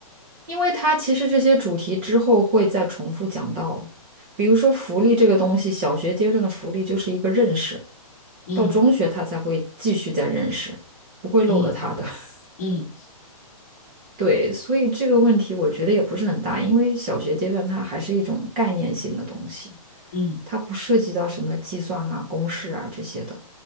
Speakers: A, on the right; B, on the left.
A: 因为它其实这些主题之后会再重复讲到，比如说福利这个东西，小学阶段的福利就是一个认识，
B: 嗯
A: 到中学他才会继续再认识，不会漏了他的。
B: 嗯
A: <laughs>
B: 嗯
A: 对，所以这个问题我觉得也不是很大，因为小学阶段它还是一种概念性的东西，
B: 嗯
A: 它不涉及到什么计算啊、公式啊这些的。